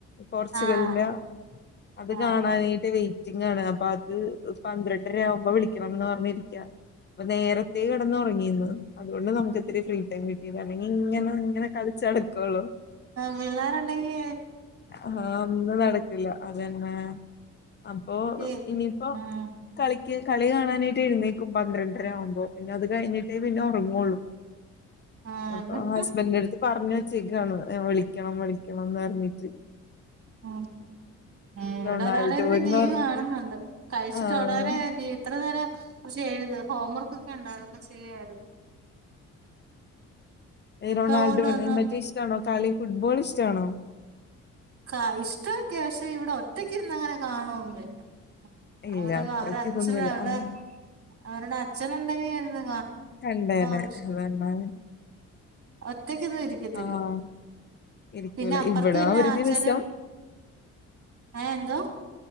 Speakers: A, on the left; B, on the right.
A: പോർച്ചുഗലിന്റെ
B: ആഹ്
A: അത് കാണാനായിട്ട്
B: ആഹ്
A: വെയ്റ്റ്- ഇന്നാണ് അപ്പൊ അത് പന്ത്രണ്ടര ആവുമ്പോ വിളിക്കണംന്ന് പറഞ്ഞിരിക്കാ അപ്പ നേരത്തെകെടന്നുറങ്ങിന്ന് അതുകൊണ്ട് നമുക്ക് ഇത്തിരി ഫ്രീടൈം കിട്ടി ഇതല്ലെങ്കി ഇങ്ങനെ ഇങ്ങനെ കളിച്ചടുക്കുള്ളോ
B: പിള്ളേര് ഉണ്ടങ്ങി -
A: ആഹ് ഒന്ന് നടക് ല്ല അതന്നെ അപ്പൊ
B: ഉം
A: ഇനിപ്പോ
B: ആഹ്
A: കളിക്ക് കളി കാണാനായിട്ട് എഴുന്നേക്കും പന്ത്രണ്ടര ആവുമ്പോ പിന്നെ അത് കഴിഞ്ഞിട്ടേ പിന്നെ ഉറങ്ങുള്ളൂ <inaudible>
B: ആഹ്
A: അപ്പൊ ഹസ്ബന്റിന്റെ അടുത്ത് പറഞ്ഞു വെച്ചേക്കാ വിളിക്കണം വിളിക്കണംന്ന് പറിഞ്ഞിട്ട്
B: ഉം ഏഹ് ഇവിടെ
A: റൊണാൾഡോന്ന്
B: ഒരാളിരുന്ന് ടി വി
A: പറഞ്ഞിട്ട്
B: കാണുന്നുണ്ട് കഴിച്ചിട്ട്
A: ആഹ്
B: ഉടനെ ടി വി ഇത്ര നേരം കുറച്ച് എഴുത് ഹോംവർക്ക് ഒക്കെ ഉണ്ടാര്ന്ന് ചെയ്യായിരുന്നു
A: ഇ
B: ഇപ്പ
A: റൊണാൾഡോ
B: അങ്ങോട്ട് വന്ന്
A: നിങ്ങക്ക് ഇഷ്ടണോ കളി ഫുട്ബോൾ ഇഷ്ടണോ
B: ക ഇഷ്ട്ടോക്കെയ പക്ഷെ ഇവിടെ ഒറ്റക്ക് ഇന്ന് അങ്ങനെ കാണൊന്നില്ല
A: ഇല്ല
B: അവിടെ
A: അത്രക്ക്
B: അവരെ അച്ഛനെന്താ
A: ഇതൊന്നുല്ല ആഹ്
B: അവരുടെ അച്ഛന് എന്താ ചെയ്യുന്നേ
A: കണ്ടേനെ
B: <unintelligible>
A: അതന്നെ
B: ഒറ്റക്കൊന്നും ഇരിക്കത്തില്ല
A: ആഹ് ഇരിക്കൂല
B: പിന്നെ അപ്പറത്ത്
A: ഇവിടെ
B: പിന്നെ
A: ഒരു
B: അച്ഛനും
A: ദിവസം
B: ഏഹ് എന്തോ